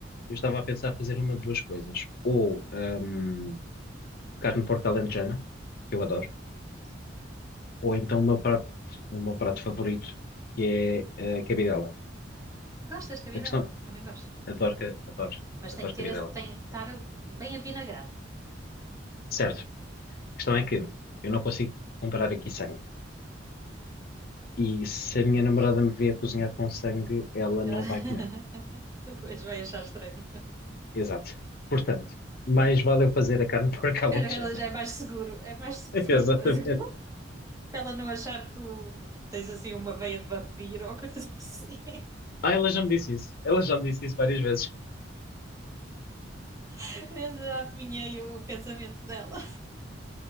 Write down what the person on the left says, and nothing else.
eu estava a pensar fazer uma de duas coisas. Ou hum, carne de porco alentejana, que eu adoro,
ou então o meu prato, o meu prato favorito, que é eh, a cabidela.
A questão,
adoro, ca- adoro,
adoro
cabidela.
Certo. A questão é que eu não consigo comprar aqui sangue. E se
a minha namorada me vê a cozinhar com sangue, ela
não vai comer.
Exato. Portanto, mais vale eu fazer a carne de porco alentejana.
<laughs> Exatamente.
Ah, ela já me disse isso. Ela já me disse isso várias vezes.